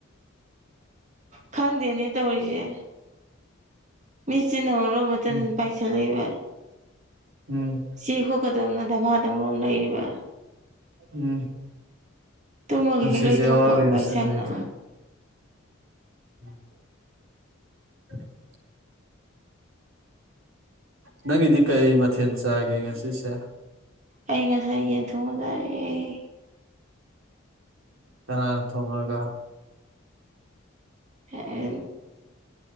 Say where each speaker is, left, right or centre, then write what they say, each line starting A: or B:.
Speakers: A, on the right (about 35°); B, on the right (about 85°).
A: ꯈꯪꯗꯦꯅꯦ ꯇꯧꯔꯤꯁꯦ ꯃꯤꯠꯁꯤꯅ ꯃꯔꯣꯜ ꯑꯃ ꯇꯟꯗꯟ
B: ꯎꯝ
A: ꯄꯥꯏꯁꯤꯜꯂꯛ ꯏꯕ
B: ꯎꯝ
A: ꯆꯦ ꯈꯣꯠꯀꯗꯧꯅ ꯗꯥꯃꯥꯗꯝ ꯃꯔꯣꯜ ꯑꯃ ꯂꯩꯔꯤꯕ
B: ꯎꯝ
A: ꯇꯨꯝꯃꯒ
B: ꯄꯨꯟꯁꯤꯁꯦ
A: ꯍꯦꯛ ꯂꯩꯊꯣꯛꯄ
B: ꯑꯋꯥꯕꯒꯤ
A: ꯋꯥꯏꯁꯪꯅ
B: ꯃꯁꯛꯅꯤ ꯎꯝ <unintelligible> ꯅꯪꯒꯤꯗꯤ ꯀꯩ ꯃꯊꯦꯜ ꯆꯥꯒꯦ ꯉꯁꯤ ꯁꯤꯁꯦ
A: ꯑꯩ ꯉꯁꯥꯏ ꯌꯦꯟ ꯊꯣꯡꯡꯕ ꯆꯥꯏꯌꯦ
B: ꯀꯅꯥꯅ ꯊꯣꯡꯉꯒ
A: <unintelligible>